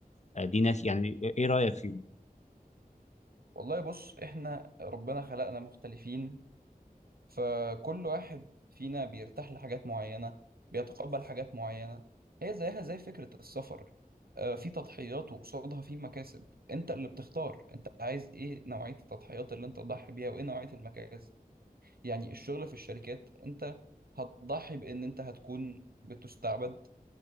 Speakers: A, on the left; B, on the right.
A: آه دي ناس يعني ايه رايك فيهم
B: والله بص إحنا ربنا خلقنا مختلفين فكل واحد فينا بيرتاح لحاجات معينة بيتقبل حاجات معينة هي زيها زي فكرة السفر آه، في تضحيات وقصادها في مكاسب انت اللي بتختار انت عايز ايه نوعية التضحيات اللي انت تضحي بيها وايه نوعية المكاسب يعني الشغل في الشركات انت هتضحي بان انت هتكون بتستعبد